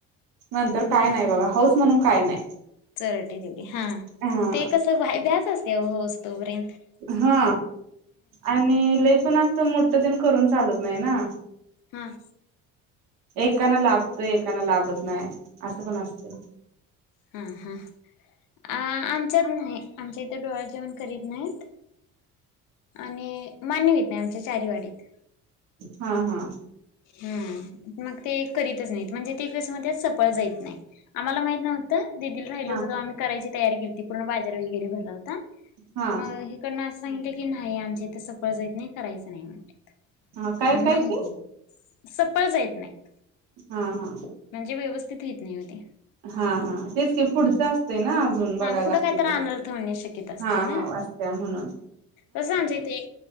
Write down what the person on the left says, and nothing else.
चोरंओटी देवढी हा
ते कस व्हाय व्याज असते होवोसतोपर्यंत.
हं!
हं हं! आ आमच्यात नाही, आमच्या इथे डोहाळे जेवण करीत नाहीत. आणि मान्यवीहीत नाही, आमच्या चारीवाडीत.
हूं मग ते करीतच नाहीत, म्हणजे ते कस म्हणत्या सफळ जाईत नाही, आम्हाला माहित नव्ह त दिदी लां राहिलं
होत तवा आम्ही करायची तयारी केल ती पूर्ण बाजार वगैरे भरला होता
मग ईकडनं असं सांगितलं की न्हाही आमच्या इथं सफळ जायत नाही करायचं नाही म्हणत्यात
मं
नाही
की. सपळ जायेत नाहीत.
म्हणजे व्यवस्थित हेत नाही अ ते.
हूं
ह पुुढं
काय तर
अनर्थ होण्याची शक्यता असते
ना!
तस आमच्या इथे एक